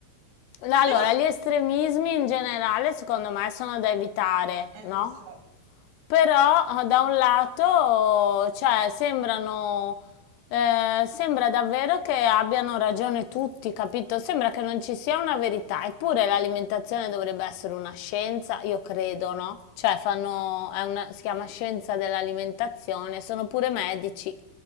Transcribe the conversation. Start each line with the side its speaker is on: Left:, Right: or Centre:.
Left: allora,
Right: però
Left: gli estremismi in generale secondo me sono da evitare,
Right: Eh
Left: no?
Right: lo so,
Left: Però eh, da un lato, cioè, sembrano, eh, sembra davvero che abbiano ragione tutti, capito? Sembra che non ci sia una verità, eppure l'alimentazione dovrebbe essere una scienza, io credo, no? Cioè, fanno, è una- si chiama scienza dell'alimentazione, sono pure medici.